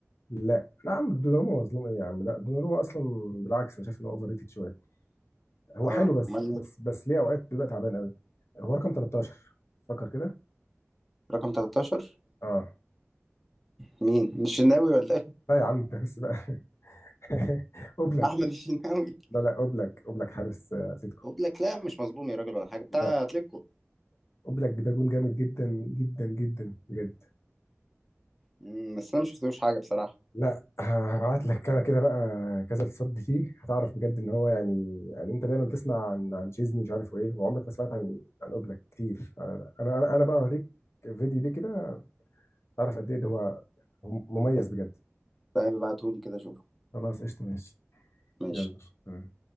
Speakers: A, on the left (about 60°); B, in the centre.
A: لا لا يا عم دوناروما مظلوم ايه يا عم لا دوناروما اصلا بالعكس انا شايف ان هو اوفر ريتد شويه هو حلو
B: اه
A: بس
B: امال مين؟
A: بس بس ليه اوقات بيبقى تعبان قوي هو رقم 13 فكر كده
B: رقم 13
A: اه
B: مين مش الشناوي ولا ايه
A: لا يا عم انت بس بقى <laughs> اوبلاك
B: <laughs> احمد الشناوي
A: لا لا اوبلاك اوبلاك حارس آه، اتلتيكو
B: وبلاك لا مش مظلوم يا راجل ولا حاجه بتاع
A: لا
B: اتلتيكو
A: اوبلاك ده جون جامد جدا جدا جدا بجد
B: مم، بس انا مش شفتوش حاجه بصراحه
A: لا هبعت لك كده كده بقى كذا تصدي فيه هتعرف بجد ان هو يعني يعني انت دايما تسمع عن عن تشيزني مش عارف ايه وعمرك ما سمعت عن عن اوبلاك كتير انا انا انا بقى اوريك فيديو ليه كده تعرف قد ايه ده هو مميز بجد
B: طيب ابعتهولي كده اشوفه
A: خلاص قشطه ماشي
B: ماشي
A: يلا